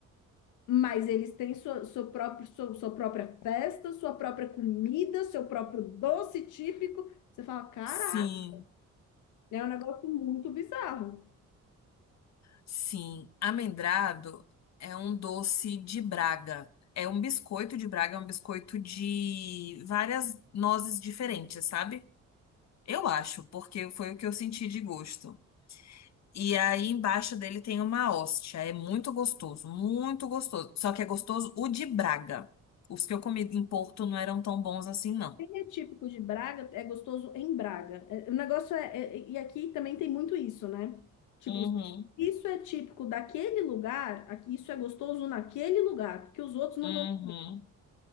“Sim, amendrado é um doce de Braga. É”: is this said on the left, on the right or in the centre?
Left